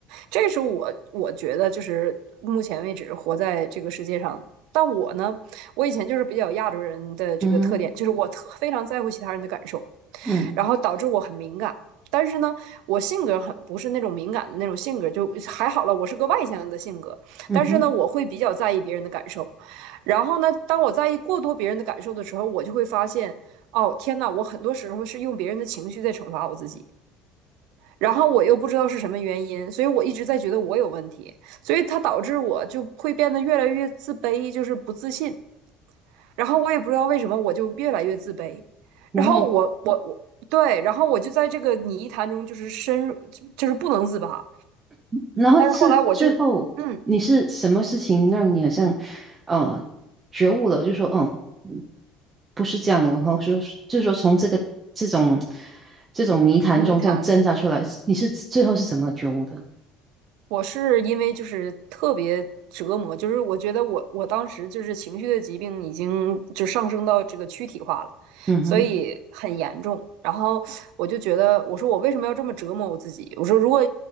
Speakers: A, on the right; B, on the right.
A: 这是我我觉得就是目前为止活在这个世界上。但我呢，我以前就是比较亚洲人的这个特点，
B: 嗯哼，
A: 就是我特非常在乎其他人的感受。
B: 嗯
A: 然后导致我很敏感。但是呢，我性格很不是那种敏感的那种性格，就还好了。我是个外向的性格，
B: 嗯哼，
A: 但是呢，我会比较在意别人的感受。然后呢，当我在意过多别人的感受的时候，我就会发现，哦，天呐，我很多时候是用别人的情绪在惩罚我自己。然后我又不知道是什么原因，所以我一直在觉得我有问题，所以它导致我就会变得越来越自卑，就是不自信。然后我也不知道为什么，我就越来越自卑。
B: 然后
A: 然后我我我对，然后我就在这个泥潭中就是深入，就是不能自拔。
B: 然后是最后你是什么事情让你好像
A: 但是后来我就 <laughs> 嗯，
B: 呃觉悟了，就说嗯。嗯不是这样的，然后说就说从这个这种这种泥潭中这样挣扎出来，
A: 泥潭
B: 你是最后是怎么觉悟的？
A: 我是因为就是特别折磨，就是我觉得我我当时就是情绪的疾病已经就上升到这个躯体化了，
B: 嗯哼，
A: 所以很严重。然后我就觉得，我说我为什么要这么折磨我自己？我说如果